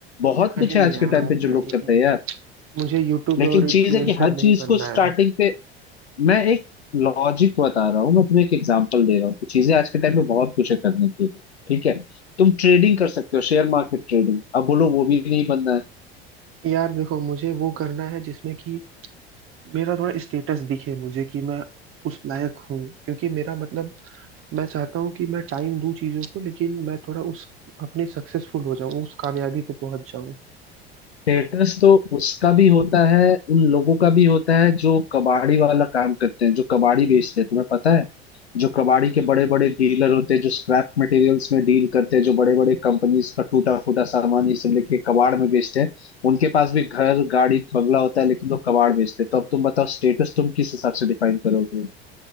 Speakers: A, on the left (about 85°); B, on the right (about 45°).
A: बहुत
B: नहीं
A: कुछ है आज
B: यार
A: के टाइम पे
B: भाई
A: जो लोग करते हैं यार
B: मुझे यूट्यूब
A: लेकिन
B: और इन्फ्लुएंसर
A: चीज है कि हर
B: नहीं
A: चीज
B: बनना
A: को स्टार्टिंग
B: है
A: पे मैं एक लॉजिक बता रहा हूँ मैं तुम्हें एक एग्जांपल दे रहा हूँ कि चीजें आज के टाइम में बहुत कुछ है करने के लिए ठीक है तुम ट्रेडिंग कर सकते हो शेयर मार्केट ट्रेडिंग अब बोलो वो भी नहीं बनना है
B: यार देखो मुझे वो करना है जिसमें कि मेरा थोड़ा स्टेटस दिखे मुझे कि मैं उस लायक हूँ क्योंकि मेरा मतलब मैं चाहता हूँ कि मैं टाइम दूं चीजों को लेकिन मैं थोड़ा उस अपने सक्सेसफुल हो जाऊं उस कामयाबी पे पहुंच जाऊं
A: स्टेटस तो उसका भी होता है उन लोगों का भी होता है जो कबाड़ी वाला काम करते हैं जो कबाड़ी बेचते हैं तुम्हें पता है जो कबाड़ी के बड़े बड़े डीलर होते हैं जो स्क्रैप मटेरियल्स में डील करते हैं जो बड़े बड़े कंपनीज का टूटा फूटा सामान ये सब लेके कबाड़ में बेचते हैं उनके पास भी घर गाड़ी बंगला होता है लेकिन वो कबाड़ बेचते हैं तो अब तुम बताओ स्टेटस तुम किस हिसाब से डिफाइन करोगे